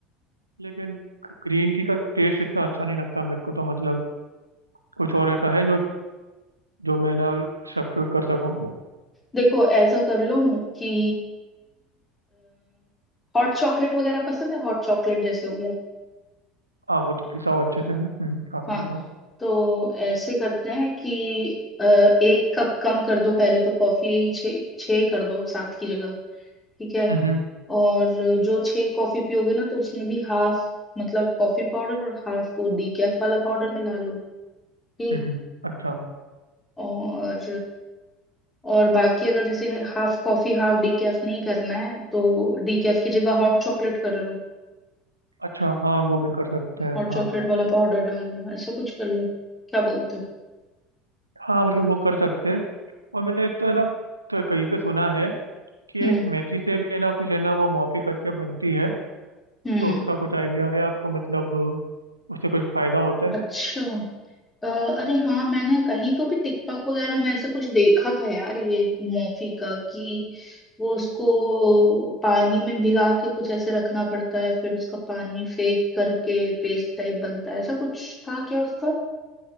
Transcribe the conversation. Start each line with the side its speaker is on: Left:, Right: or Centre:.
Right: लेकिन ग्रीन टी का टेस्ट इतना अच्छा नहीं लगता मेरे को तो मतलब कुछ और ऐसा है जो जो मैं ना सब्स्टिट्यूट कर सकूँ
Left: देखो ऐसा कर लो कि हॉट चॉकलेट वगैरह पसंद है हॉट चॉकलेट जैसे हो गया
Right: हाँ वो तो पीता हूँ अच्छे से मैं हम्म, काफी
Left: हाँ
Right: पीता हूँ
Left: तो ऐसे करते हैं कि अ, एक कप कम कर दो पहले तो कॉफी छः छः कर दो सात की जगह ठीक है
Right: हम्म
Left: और जो छः कॉफी पियोगे ना तो उसमें भी हाफ मतलब कॉफी पाउडर और हाफ वो डीकैफ वाला पाउडर मिला लो ठीक
Right: हम्म अच्छा
Left: और और बाकी अगर जैसे हाफ कॉफी हाफ डीकैफ नहीं करना है तो डीकैफ की जगह हॉट चॉकलेट कर लो
Right: अच्छा हाँ वो भी कर सकते हैं
Left: हॉट चॉकलेट
Right: हाँ
Left: वाला पाउडर डाल लो ऐसा कुछ कर लो क्या बोलते हो
Right: हाँ मतलब वो कर सकते हैं और मैंने एक तो है ना तो कहीं पे सुना है कि
Left: हम्म
Right: एक मेथी से भी है ना कुछ है ना वो मॉफी करके बनती है
Left: हम्म
Right: तो उसका कुछ आइडिया है आपको मतलब उससे कुछ फायदा होता है
Left: अच्छा अ, अरे हाँ मैंने कहीं तो भी टिकटॉक वगैरह में ऐसा कुछ देखा था यार ये मोफी का कि वो उसको पानी में भिगा के कुछ ऐसे रखना पड़ता है फिर उसका पानी फेंक करके पेस्ट टाइप बनता है ऐसा कुछ था क्या उसका